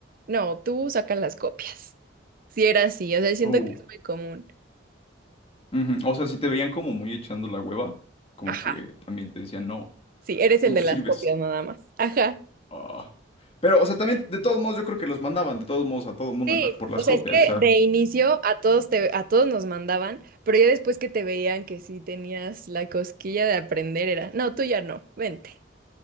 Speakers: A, on the right (about 50°); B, on the left (about 30°).
A: No, tú sacas las copias. Si era así, o sea, siento
B: oh,
A: que es muy común.
B: ujú. O sea, si te veían como muy echando la hueva, como
A: Ajá,
B: que también te decían, no,
A: sí, eres
B: tú
A: el
B: no
A: de
B: sirves.
A: las copias nada más. Ajá.
B: Ah. Pero, o sea, también, de todos modos, yo creo que los mandaban, de todos modos, a todo mundo
A: Sí,
B: en la- por las
A: o sea,
B: copias,
A: es que
B: o sea.
A: de inicio a todos te, a todos nos mandaban, pero ya después que te veían que sí tenías la cosquilla de aprender era, no, tú ya no, vente.